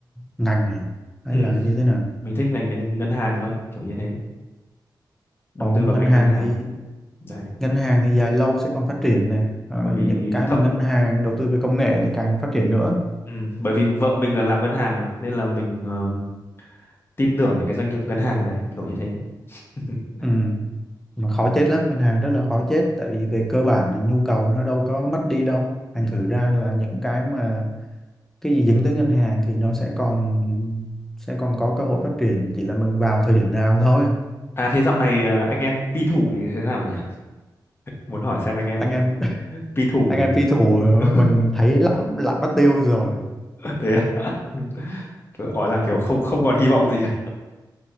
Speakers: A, in the centre; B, on the left (about 30°).
A: ngành à? hay
B: ừ
A: là như thế nào
B: mình thích ngành ngân, ngân hàng thôi kiểu như thế đầu
A: ở
B: tư
A: ngân
B: vào ngành
A: hàng
B: ngân hàng
A: thì
B: đấy
A: ngân hàng thì dài lâu sẽ còn phát triển này Ờ,
B: bởi vì
A: những cái
B: thậm
A: mà ngân hàng đầu tư về công nghệ thì càng phát triển nữa
B: ừ, bởi vì vợ mình là làm ngân hàng mà nên là mình ờm, tin tưởng những cái doanh nghiệp ngân hàng đấy kiểu như thế <laughs>
A: ừ. mà khó chết lắm ngân hàng rất là khó chết tại vì về cơ bản là nhu cầu nó đâu có mất đi đâu thành
B: ừ.
A: thử ra là những cái mà cái gì dính tới ngân hàng thì nó sẽ còn sẽ còn có cơ hội phát triển chỉ là mình vào thời điểm nào thôi
B: à thế dạo này ờ, anh em pi thủ thì thế nào nhỉ muốn hỏi xem anh em
A: anh em <laughs>
B: <laughs> pi thủ
A: anh em
B: thì...
A: phi thủ
B: <laughs>
A: mình thấy lặn lặn mất tiêu rồi
B: thế à? <laughs> gọi là kiểu không không còn hy vọng gì à